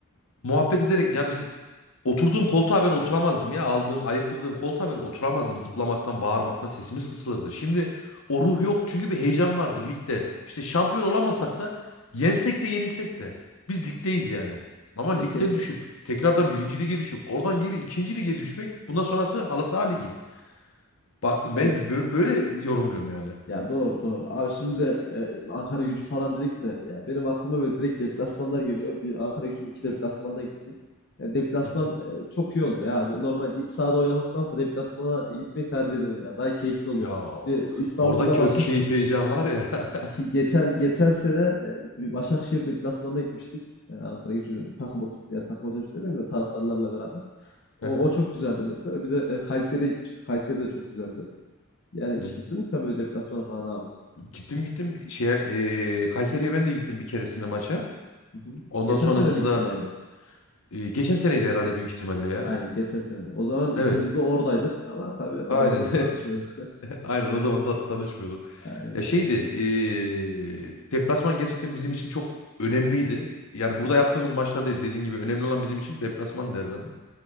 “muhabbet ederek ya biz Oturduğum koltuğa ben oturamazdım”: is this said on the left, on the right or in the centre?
Left